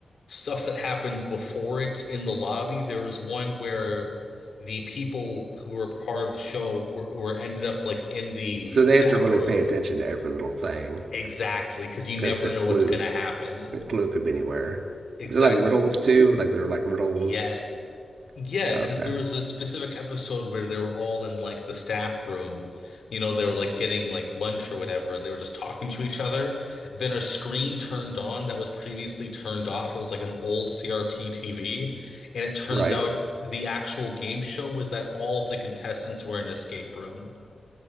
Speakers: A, on the left (about 75°); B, on the right (about 80°).
A: stuff that happens before it in the lobby. There was one where the people who were part of the show were, were ended up like in the
B: So
A: staff
B: they have to really
A: room.
B: pay attention to every little thing
A: Exactly, because you
B: because
A: never
B: the
A: know
B: clue
A: what's gonna happen.
B: the clue could be anywhere.
A: Exactly.
B: Is it like riddles too? Like they're like riddles.
A: Yeah, Yeah,
B: Okay.
A: because there was a specific episode where they were all in like the staff room. You know, they were like getting like lunch or whatever. They were just talking to each other. Then a screen turned on that was previously turned off. It was like an old CRT TV. And it turns
B: Right.
A: out the actual game show was that all of the contestants were in an escape room.